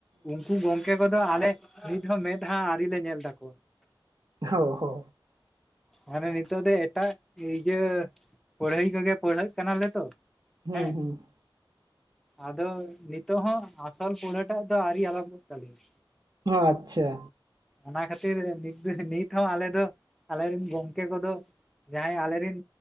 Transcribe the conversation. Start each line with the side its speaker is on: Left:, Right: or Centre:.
Centre: ᱩᱱᱠᱩ ᱜᱚᱝᱠᱮ ᱠᱚᱫᱚ ᱟᱞᱮ ᱱᱤᱛ ᱦᱚᱸ ᱢᱮᱫᱦᱟ ᱟᱹᱨᱤ ᱞᱮ ᱧᱮᱞ ᱛᱟᱠᱚᱣᱟ
Right: ᱚ ᱦᱳ
Centre: ᱢᱟᱱᱮ ᱱᱤᱛᱚᱜ ᱫᱚ ᱮᱴᱟᱜ ᱤᱭᱟᱹ ᱯᱟᱲᱦᱟᱹᱭ ᱠᱚᱜᱮ ᱯᱟᱹᱲᱦᱟᱹᱜ ᱠᱟᱱᱟᱞᱮ ᱛᱚ
Right: ᱦᱩᱸ
Centre: ᱦᱮᱸ
Right: ᱦᱩᱸ
Centre: ᱟᱫᱚ ᱱᱤᱛᱚᱜ ᱦᱚᱸ ᱟᱥᱚᱞ ᱯᱩᱲᱟᱹ ᱴᱟᱜ ᱫᱚ ᱟᱹᱣᱨᱤ ᱟᱨᱟᱢᱵᱚᱜ ᱛᱟᱞᱮᱭᱟ
Right: ᱦᱚ ᱟᱪᱪᱷᱟ
Centre: ᱚᱱᱟ ᱠᱷᱟᱹᱛᱤᱨᱤ ᱱᱤᱛ ᱦᱚᱸ ᱟᱞᱮ ᱫᱚ ᱟᱞᱮ ᱨᱮᱱ ᱜᱚᱝᱠᱮ ᱠᱚᱫᱚ ᱡᱟᱦᱟᱸᱭ ᱟᱞᱮᱨᱮᱱ